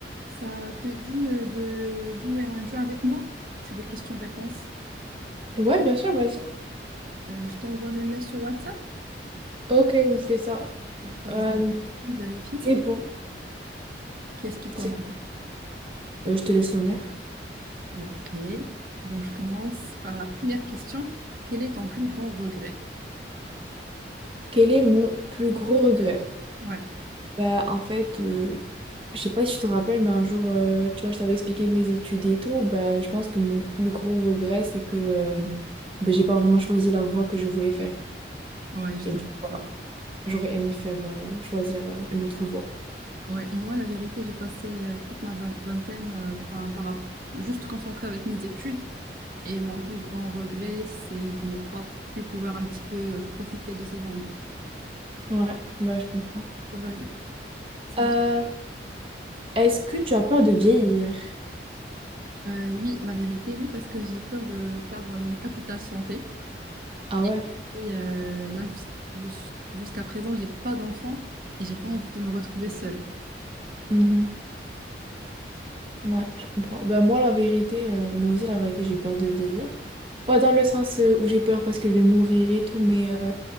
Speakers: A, on the right; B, on the right.
A: Ça te dit euh, de jouer à un jeu avec moi? C'est des questions-réponses.
B: Ouais, bien sûr, vas-y.
A: Euh, je t'envoie le lien sur WhatsApp.
B: Ok, on fait ça.
A: Vas-y,
B: Euh,
A: vérifie.
B: c'est bon.
A: Qui est-ce qui commence?
B: C'est- Euh, je te laisse l'honneur.
A: Ok. Bon, je commence par la première question. Quel est ton plus grand regret?
B: Quel est mon plus gros regret?
A: Ouais,
B: Bah, en fait, euh, je sais pas si tu te rappelles, mais un jour, euh, tu vois, je t'avais expliqué mes études et tout. Bah, je pense que mon plus gros regret, c'est que euh, bah, j'ai pas vraiment choisi la voie que je voulais faire.
A: ouais, je
B: Et
A: te
B: du-
A: comprends.
B: j'aurais aimé faire euh, choisir euh, une autre voie.
A: Ouais, moi, la vérité, j'ai passé euh, toute ma vin- vingtaine, euh, enfin, par, rap- juste concentrée avec mes études. Et mon plus grand regret, c'est de ne pas pu pouvoir un petit peu euh, profiter de ces années.
B: Ouais, bah, je comprends.
A: Vas-y, c'est
B: Euh,
A: à toi.
B: est-ce que tu as peur de vieillir?
A: Euh, oui, la vérité, oui, parce que j'ai peur de perdre mon capital santé.
B: Ah
A: Et
B: ouais.
A: puis, euh, là, jus- jus- jusqu'à présent, j'ai pas d'enfant et j'ai pas envie de me retrouver seule.
B: Mhm. Ouais, je comprends. Bah moi la vérité, euh, moi aussi la vérité, j'ai peur de vieillir. Pas dans le sens euh, où j'ai peur parce que je vais mourir et tout, mais euh,